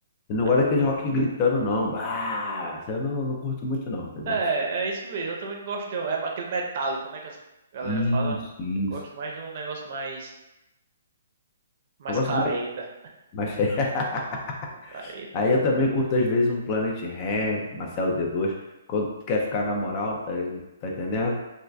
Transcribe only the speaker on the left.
Eu não
gosto
daquele
rock gritando, não. Bah, eu não, não curto muito, não, entendeu?
Isso,
isso.
Eu gosto
mais, mais... <laughs>
Aí eu também curto, às vezes, um Planet Hemp, Marcelo D2, quando tu quer ficar na moral, tá, tá entendendo?